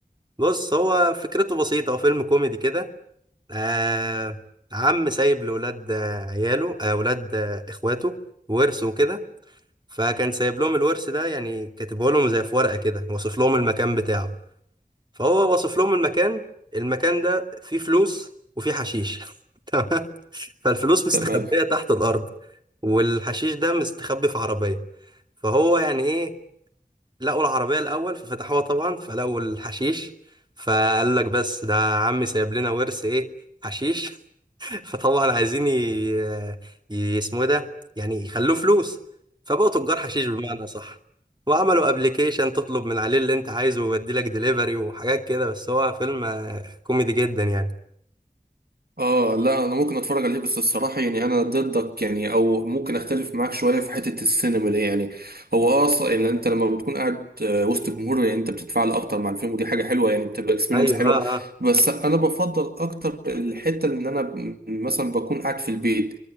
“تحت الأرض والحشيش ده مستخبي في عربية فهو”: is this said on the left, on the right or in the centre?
Right